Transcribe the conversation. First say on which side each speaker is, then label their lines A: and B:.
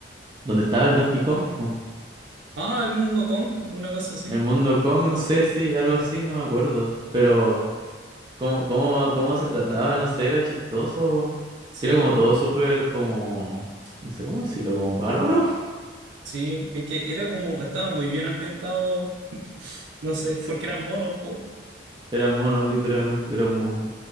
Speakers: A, on the right; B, on the right.
A: donde estaba el Donkey Kong, po.
B: Ah, el mundo Kong, una cosa así.
A: En el mundo Kong, no sé, sí, algo así, no me acuerdo. Pero cómo, cómo, cómo se trataba, no sé, era chistoso.
B: Sí,
A: Era como todo súper como, no sé cómo decirlo, como bárbaro. <laughs>
B: sí. Es que era como, estaba muy bien ambientado. <laughs> No sé,
A: Sí,
B: porque eran monos, po.
A: eran monos, literalmente, eran monos.